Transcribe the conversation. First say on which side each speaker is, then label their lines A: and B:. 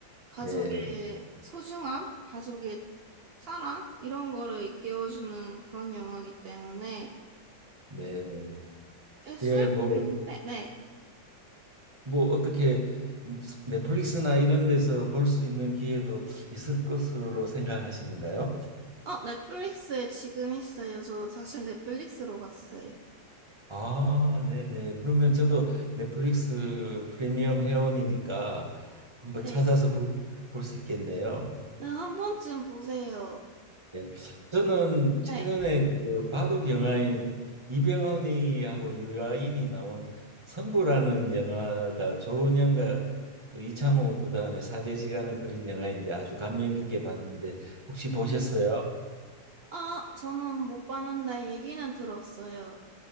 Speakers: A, on the right (about 55°); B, on the right (about 15°).
A: 가족의
B: 네.
A: 소중함, 가족의 사랑 이런 거를 일깨워주는 그런 영화이기 때문에
B: 네.
A: SF인데
B: 예, 뭐,
A: 네.
B: 뭐 어떻게 넷플릭스나 이런 데서 볼 수 있는 기회도 있을 것으로 생각하시는가요?
A: 어, 넷플릭스에 지금 있어요. 저 사실 넷플릭스로 봤어요.
B: 아, 네네. 그러면 저도 넷플릭스 프리미엄 회원이니까 한번
A: 네.
B: 찾아서 볼 수 있겠네요.
A: 네, 한 번쯤 보세요.
B: 네. 저는 최근에
A: 네.
B: 그 바둑 영화인 이병헌이하고 유아인이 나온 승부라는 영화가 조은현과 그 이창호 구단의 사제지간을 그린 영화인데 아주 감명 깊게 봤는데 혹시
A: 음,
B: 보셨어요?
A: 아, 저는 못 봤는데 얘기는 들었어요.